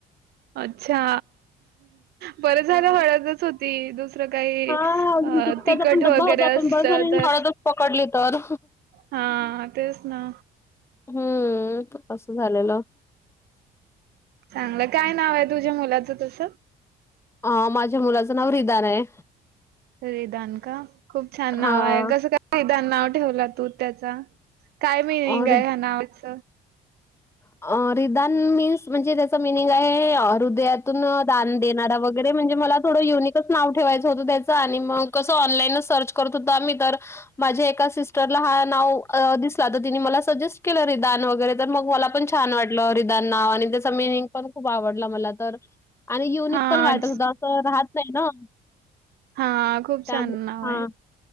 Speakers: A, on the right; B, on the left.
A: अच्छा! बरं झालं
B: हां.
A: हळदच होती दुस दुसरं काही
B: हां, अजून तिखटाचा
A: तिखट
B: पण डब्बा
A: वगैरे
B: होता, पण
A: असत
B: बरं झालं मी
A: तर
B: हळदच पकडली तर.
A: हा तेच ना
B: हम्म अस झालेलं
A: चांगलं काय नावाय तुझ्या मुलाचं तस
B: अ माझ्या मुलाचं नाव रिदान आय
A: रिदान का खूप छान
B: हां,
A: नावाय, कसं काय रिदान नाव ठेवलं तू त्याचं? काय मिनींग
B: अ,
A: आय
B: रि
A: ह्या नावाच
B: अ रिदान मीन्स म्हणजे त्याच मिनींग आहे अं हृदयातून दान देणारा वग वगैरे म्हणजे मला थोडं युनिकच नाव ठेवायचं होत त्याचं आणि मग कसं ऑनलाईनच सर्च करत होत आम्ही तर माझे एकास सिस्टरला हा नाव अं दिसला तर तिनी मला सजेस्ट केलं रिदान वैगेरे तर मग मला पण छान छान वाटलं रिदान नाव आणि त्याच मीनिंग पण खूप आवडला मला तर आणि युनिक
A: हां
B: पण वाटत होता असं राहत नाही ना
A: हा खूप
B: त्यामुळे
A: छान नावाय.
B: हां,